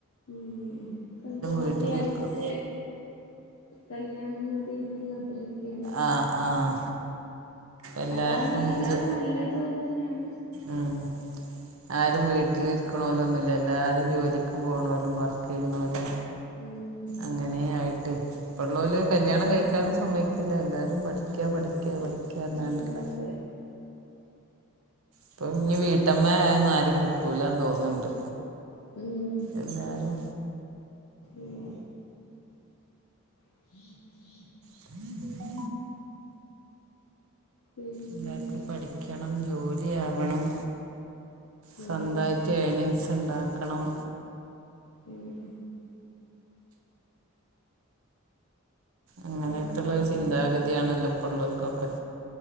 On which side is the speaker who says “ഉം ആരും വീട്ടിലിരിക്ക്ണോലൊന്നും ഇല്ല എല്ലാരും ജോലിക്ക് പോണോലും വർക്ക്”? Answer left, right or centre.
Right